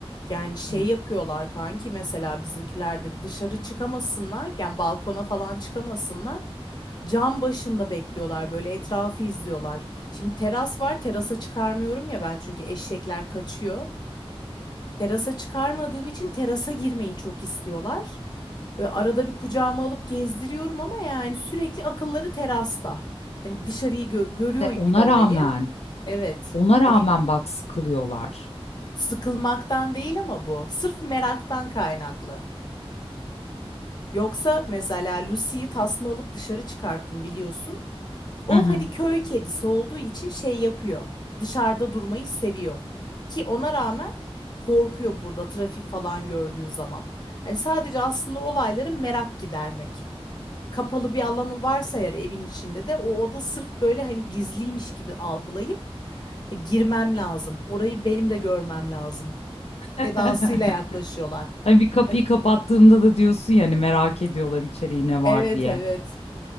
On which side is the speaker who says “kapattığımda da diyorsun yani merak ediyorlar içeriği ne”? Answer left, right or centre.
Left